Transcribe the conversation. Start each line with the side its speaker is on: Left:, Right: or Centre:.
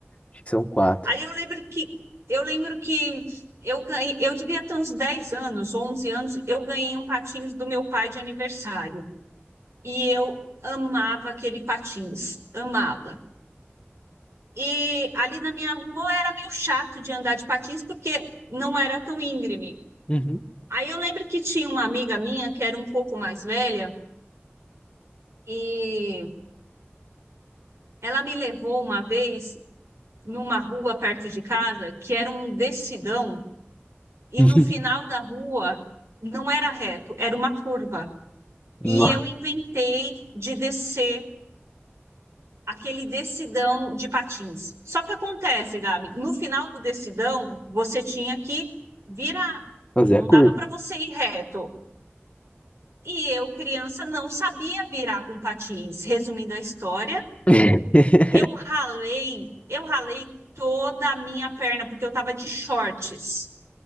Left: Acho que são quatro.
Right: Aí eu lembro que eu lembro que eu ganhei, eu devia ter uns 10 anos, 11 anos, eu ganhei um patins do meu pai de aniversário. E eu amava aquele patins, amava. E ali na minha rua era meio chato de andar de patins porque não era tão íngreme.
Left: Uhum.
Right: Aí eu lembro que tinha uma amiga minha que era um pouco mais velha e ela me levou uma vez numa rua perto de casa que era um descidão e
Left: <laughs>
Right: no final da rua não era reto, era uma curva.
Left: Nossa,
Right: E eu inventei de descer aquele decidão de patins. Só que acontece, Gabi, no final do decidão, você tinha que virar.
Left: fazer
Right: Não
Left: a curva.
Right: dava para você ir reto. E eu, criança, não sabia virar com patins. Resumindo a história,
Left: <laughs>
Right: eu ralei, eu ralei toda a minha perna porque eu estava de shorts.